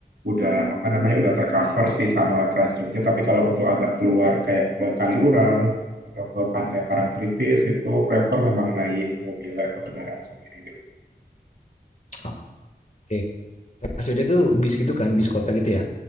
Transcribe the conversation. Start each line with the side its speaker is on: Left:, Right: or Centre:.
Right: udah apa namanya udah tercover sih sama Trans Jogja. Tapi kalau untuk agak keluar kayak ke Kaliurang atau ke Pantai Parangtritis itu prefer memang naik mobil atau kendaraan sendiri.
Left: Ah, Oke. Maksudnya tuh bis gitu kan, bis kota gitu ya.